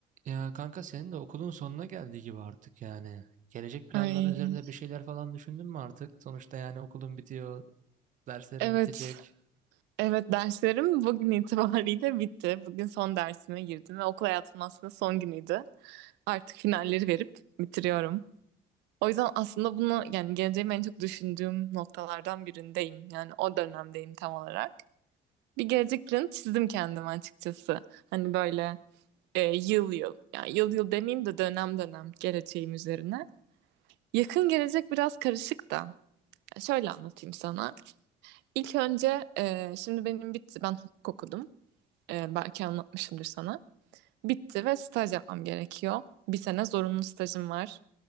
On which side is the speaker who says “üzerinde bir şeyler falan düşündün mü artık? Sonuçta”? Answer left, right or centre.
Right